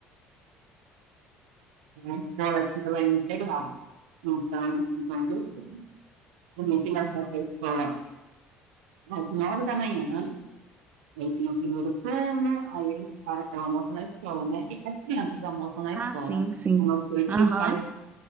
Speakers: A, on the right; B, on the right.
A: A escola aqui, ela é integral. Então, eles ficam de turno. A minha filha vai para a escola às nove da manhã, aí tem o primeiro turno, aí eles param, ela almoça na escola, né? E as crianças almoçam na escola.
B: Ah, sim, sim.
A: A não ser que
B: Aham.
A: o pai,